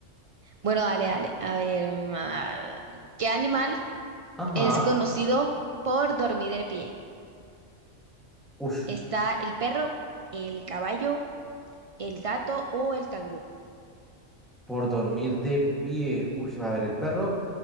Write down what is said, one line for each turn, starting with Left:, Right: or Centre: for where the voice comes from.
Right: Bueno, dale, dale. A ver, mm, ah, ¿qué animal
Centre: Ajá.
Right: es conocido por dormir de pie?
Centre: Ush,
Right: ¿Está el perro, el caballo, el gato o el canguro?
Centre: por dormir de pie. Ush, va a ver, el perro.